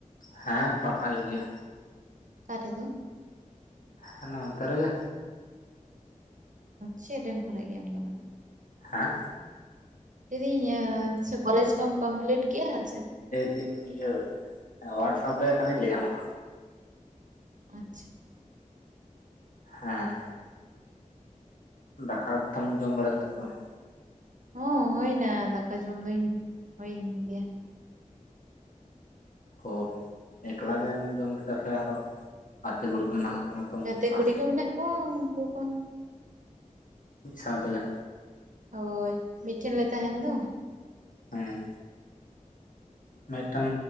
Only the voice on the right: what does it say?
ᱚᱠᱟ ᱨᱮᱫᱚ?
ᱪᱮᱫ ᱨᱮᱢ ᱯᱷᱟᱨᱟᱜ ᱜᱮᱭᱟ ᱟᱢ ᱫᱚ ᱦᱟᱸᱜ
ᱞᱤᱫᱤᱧ ᱥᱮ ᱠᱚᱞᱮᱡᱽ ᱠᱚᱢ ᱠᱚᱢᱯᱞᱤᱴ ᱠᱮᱭᱟ ᱥᱮ
ᱟᱪᱪᱷᱟ
ᱦᱚᱸ ᱦᱩᱭᱱᱟ ᱫᱟᱠᱟ ᱡᱚᱢ ᱫᱩᱧ ᱦᱩᱭᱮᱱ ᱜᱮᱭᱟ᱾
ᱜᱟᱛᱮ
ᱠᱩᱲᱤ ᱠᱚ ᱢᱮᱱᱟᱜ ᱠᱚᱣᱟ ᱩᱱᱠᱩ ᱠᱚ
ᱦᱳᱭ ᱢᱤᱫᱴᱷᱮᱱ ᱞᱮ ᱛᱟᱦᱮᱱ ᱫᱚ